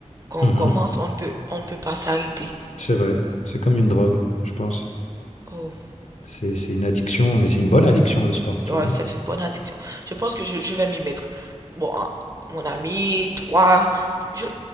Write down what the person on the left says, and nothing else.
Mhm.
C'est vrai, c'est comme une drogue, je pense.
C'est, c'est une addiction, mais c'est une bonne addiction, le sport, tu
vois.